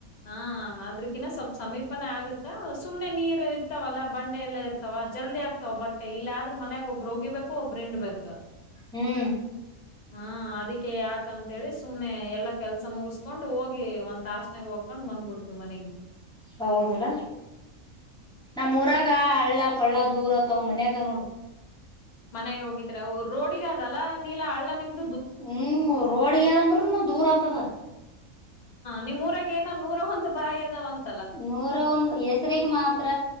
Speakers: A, on the left; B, in the centre.
A: ಹಾ ಅದ್ರಕಿನ್ನ ಸ್ವಲ್ಪ ಸಮೀಪನ ಆಗುತ್ತೆ ಸುಮ್ನೆ ನೀರು ಇರ್ತಾವಲ್ಲಾ ಬಂಡೆ ಎಲ್ಲಾ ಇರ್ತಾವ ಜಲ್ದಿ ಆಗ್ತಾವ ಬಟ್ಟೆ ಇಲ್ಲ ಆದ್ರೆ ಮನ್ಯಾಗ ಒಬ್ರು ವೋಗಿಬೇಕು ಒಬ್ಬರು ಇಂಡಬೇಕು
B: ಹ್ಮ್
A: ಹಾ ಅದಕ್ಕೆ ಅದಕೆ ಯಾಕ ಅಂತೇಳಿ ಸುಮ್ನೆ ಎಲ್ಲಾ ಕೆಲ್ಸ ಮುಗಸ್ಕೊಂಡ್ ಹೋಗಿ ಒಂದು ತಾಸಿನ್ಯಾಗ ಹ್ಕೊಂಡ್ ಬಂದ್ಬಿಡ್ತವಿ ಮನಗಿ
B: ಹೌದಲ್ಲ ನಮ್ಮುರುಗ ಹಳ್ಳ ಪಳ್ಳ ದೂರ ಆತಾವ್ ಮನ್ಯಾಗ ನೋಡು
A: ಮನೆಗೆ ಹೋಗಿದ್ರ ರೋಡಿಗ ಅದಲ್ಲಾ ನೀಲ ಹಳ್ಳ ನಿಮ್ದ
B: ಹ್ಮ್ ರೋಡಗಿ ಆದ ಅಂದೂರನು ದೂರ ಆತದ
A: ನಿಮ್ಮ್ೂರಗ ಏನ ನೂರ ಒಂದು ಬಾಯಿ ಅದವ ಅಂತ
B: ನೂರ ಒಂದು ಹೆಸರಿಗೆ ಮಾತ್ರ